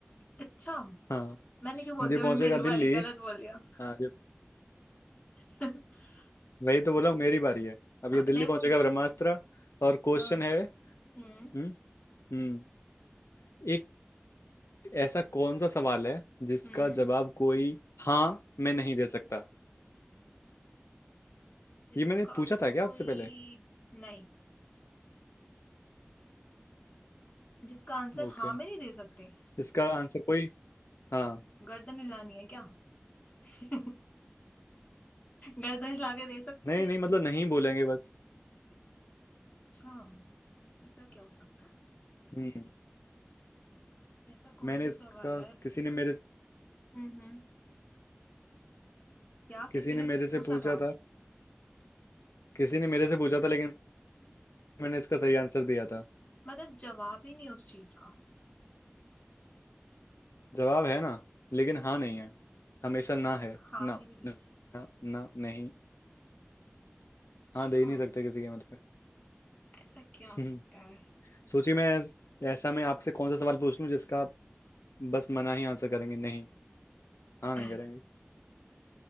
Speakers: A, on the left (about 35°); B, on the left (about 90°).
A: अच्छा
B: हाँ
A: मैंने क्यों बोल
B: ये
A: दिया
B: पहुंचेगा
A: मैं मेरी
B: दिल्ली
A: बारी गलत बोल दिया
B: हाँ ये
A: <laughs>
B: वही तो बोला हूँ, मेरी बारी है अब
A: हाँ,
B: ये दिल्ली
A: नहीं
B: पहुंचेगा
A: वो
B: ब्रह्मास्त्र और
A: अच्छा
B: क्वेश्चन है
A: हम्म
B: हम्म हम्म एक ऐसा कौन सा सवाल है जिसका
A: हम्म
B: जवाब कोई हाँ मैं नहीं दे सकता
A: जिसका
B: ये मैंने पूछा था
A: कोई
B: क्या आपसे पहले
A: नहीं जिसका आंसर
B: ओके
A: हाँ में नहीं दे सकते
B: इसका आंसर कोई हाँ
A: गर्दन हिलानी है क्या <laughs> गर्दन हिला के दे सकते
B: नहीं
A: हैं
B: नहीं मतलब नहीं बोलेंगे बस
A: अच्छा ऐसा क्या हो सकता है
B: हम्म
A: ऐसा कौन
B: मैंने
A: सा
B: इसका
A: सवाल है
B: किसी ने मेरे
A: हम्म हम्म क्या
B: किसी
A: किसी
B: ने
A: ने
B: मेरे से
A: पूछा
B: पूछा
A: था
B: था किसी
A: अच्छा
B: ने मेरे से पूछा था लेकिन मैंने इसका सही आंसर दिया था
A: मतलब जवाब ही नहीं उस चीज का
B: जवाब है ना लेकिन हाँ नहीं है हमेशा ना है
A: हाँ
B: ना
A: भी नहीं दे
B: ना
A: सकते
B: ना, ना नहीं
A: अच्छा
B: हाँ दे ही नहीं सकते किसी कीमत पे
A: ऐसा क्या
B: <laughs>
A: हो
B: हम्म,
A: सकता है
B: सोचिए मैं ऐस- ऐसा मैं आपसे कौन सा सवाल पूछ लूं जिसका आप बस मना ही आंसर करेंगे नहीं हाँ नहीं
A: <laughs>
B: करेंगे